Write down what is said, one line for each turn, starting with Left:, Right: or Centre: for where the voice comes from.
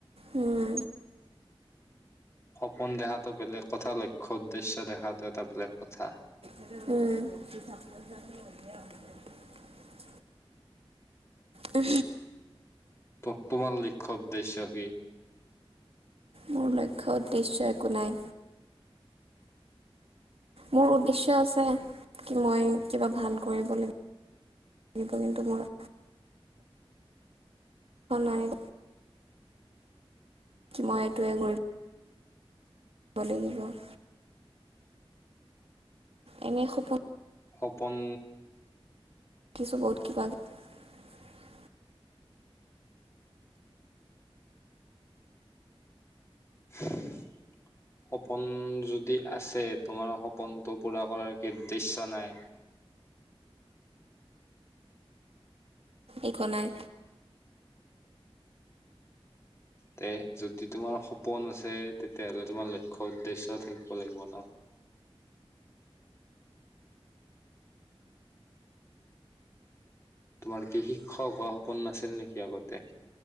Right: উম
Left: সপোন দেখাটো বেলেগ কথা লক্ষ্য উদ্দেশ্য দেখাটো এটা বেলেগ কথা।
Right: উম উ
Left: তোমাৰ লক্ষ্য উদ্দেশ্য কি?
Right: মোৰ লক্ষ্য উদ্দেশ্য একো নাই মোৰ উদ্দেশ্য আছে কি মই কিবা ভাল কৰিব লাগিব কিন্তু মোৰ নাই কি মই এইটোৱে কৰিম দিব লাগিব। এনে সপোন
Left: সপোন
Right: <unintelligible>
Left: সপোন যদি আছে তোমাৰ সপোনটো পুৰা কৰাৰ কিদ্দৃেশ্য নাই।
Right: একো নাই।
Left: তে যদি তোমাৰ সপোন আছে তেতিয়াাহলে তোমাৰ লক্ষ্য় উদ্দেশ্য থাকিব লাগিব ন। তোমাৰ কি শিক্ষক হোৱা সপোন নাছিল নেকি আগতে?